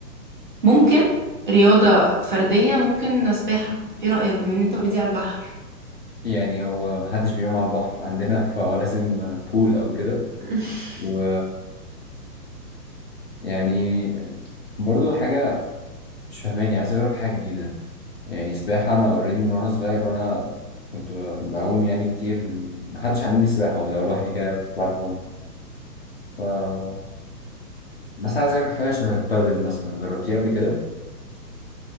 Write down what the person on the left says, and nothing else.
يعني هو محدش بيقوم على البحر عندنا <laughs> فولا سن بول او كده
و يعني برضو حاجه مش فاهماني عايز اجرب حاجه جديده يعني سباحه انا اوريدي من وانا صغير وانا كنت بعوم يعني كتير من محدش علمني السباحه والله لوحدي كده كنت بعرف اعوم ف مثلا عايز اجرب حاجه شبه البادل مثلا جربتيها قبل كده